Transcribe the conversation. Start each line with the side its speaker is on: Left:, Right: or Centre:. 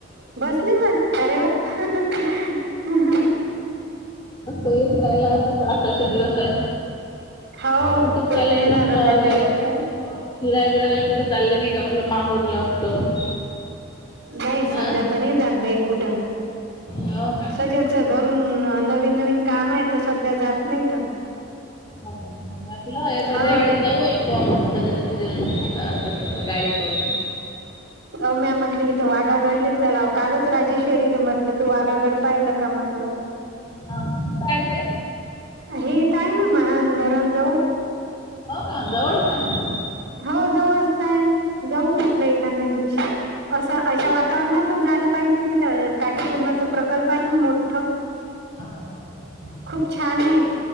Right: बसली पण अरे वा हाहा
Left: अस येऊ रायला आता पावसाचे दिवस आहे.
Right: हो
Left: कुठं चाललंय
Right: तो तर येणारच
Left: म्हंटलं आहे?
Right: त्याच काय
Left: हिरागिराले कुठं चालले नाही का म्हटलं माहूरला कुठं?
Right: नाही
Left: हा
Right: सध्या त नाही जात बाई कुठं
Left: हो का
Right: सजल घरून नवीन नवीन काम आहे तर सध्या जात नाही तं
Left: हो हो वाटलं एखाद्या
Right: हा
Left: वेळेस जाऊ आप पण जल जल <unintelligible> गाडी करून
Right: अ म्या म्हटलं इथ वाघा गडले चलाव कालच राजेश्वरीले म्हटलं तू वाघागड पाहिलं का म्हटलं?
Left: कुठं आहे ते
Right: हे तर आहे ना महान धरणजवळ
Left: हो का जवळच आहे मग.
Right: हो जावळच त आहे जाऊ म्हटलं एखाद्या दिवशी. असं अशा वातावरणातच झालं पाहिजे तिथं काठीकुर्णाचा प्रकल्प आहे ना मोठ
Left: हा हा‌.
Right: खूप छान आहे.